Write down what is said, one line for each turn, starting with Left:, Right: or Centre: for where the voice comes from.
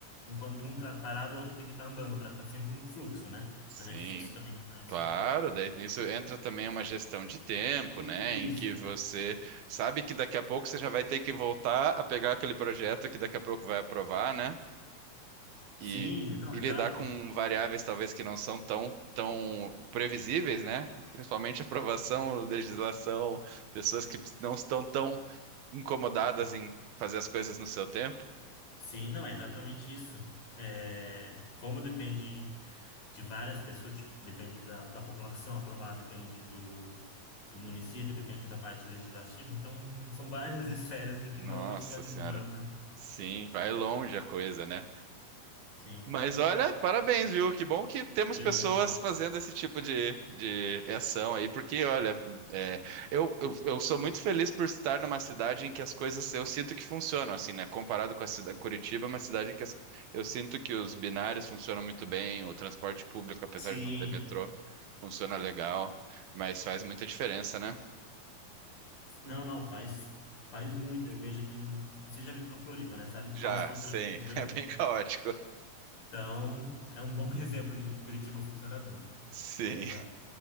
Left: enquanto um tá parado, o outro tem que estar andando para estar sempre um fluxo, né?
Right: Sim,
Left: Mas é difícil também tá, essa.
Right: claro. Daí nisso entra também uma gestão de tempo,
Left: Isso.
Right: né? Em que você sabe que daqui a pouco você já vai ter que voltar a pegar aquele projeto que daqui a pouco vai aprovar, né? e,
Left: Sim, não,
Right: e
Left: exato.
Right: lidar com variáveis talvez que não são tão, tão previsíveis, né? Principalmente aprovação, legislação, pessoas que não estão tão incomodadas em fazer as coisas no seu tempo.
Left: Sim, não, é exatamente isso. É, como depende de várias pessoas, tipo, depende da, da população aprovada depende do, do município, depende da parte legislativa. Então, são várias <laughs> esferas assim, que
Right: Nossa
Left: normalmente já demoram,
Right: Senhora.
Left: né?
Right: Sim, vai longe a coisa, né?
Left: Sim.
Right: Mas olha, parabéns, viu? Que bom que temos
Left: Obrigado.
Right: pessoas fazendo esse tipo de, de ação aí, porque olha, é, eu, eu, eu sou muito feliz por estar numa cidade em que as coisas eu sinto que funcionam, assim, né? Comparado com a cidade Curitiba, é uma cidade em que as- eu sinto que os binários funcionam muito bem, o transporte público, apesar
Left: Sim,
Right: de não ter metrô, funciona legal, mas faz muita diferença, né?
Left: Não, não, faz, faz muito. Eu vejo aqui. em- Você já visitou Floripa, né? Sabe o
Right: Já,
Left: caos que é o
Right: sim,
Left: trânsito daqui.
Right: <laughs> é bem caótico.
Left: Então, é um bom <laughs> exemplo de Curitiba funciona bem.
Right: Sim.
Left: Exato.